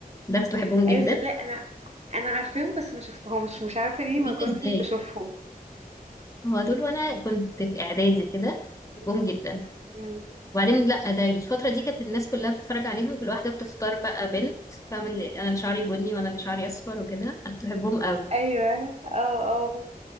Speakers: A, on the left; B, on the right.
A: كنت بحبهم جدا
B: ايوه صدق انا انا عارفاهم بس ما شفتهمش مش عارفه ليه ما
A: جدا
B: كنتش
A: ازاي
B: بشوفهم
A: هو دول وأنا كنت في إعدادي كده بحبهم جدا
B: امم
A: وبعدين لا ده الفترة دي كانت الناس كلها بتتفرج عليهم كل واحدة بتختار بقى بنت فاهم اللي انا اللي شعري بني وانا اللي شعري اصفر وكده انا كنت بحبهم قوي
B: ايوه اه اه